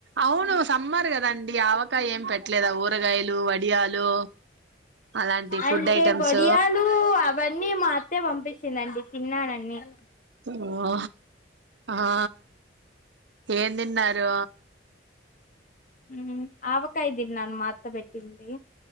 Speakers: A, on the right (about 65°); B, on the left (about 40°).
A: అవును సమ్మర్ కదండి ఆవకాయ ఏం పెట్లేదా ఊరగాయలు వడియాలు అలాంటి
B: అంటే
A: ఫుడ్ ఐటమ్స్
B: గొడియాలు అవన్నీ మా అత్తే పంపించిందండి తిన్నానండి <unintelligible>
A: ఓహా ఆ ఏన్ నిన్నారు
B: హు ఆవకాయ తిన్నాను మాత్తబెట్టింది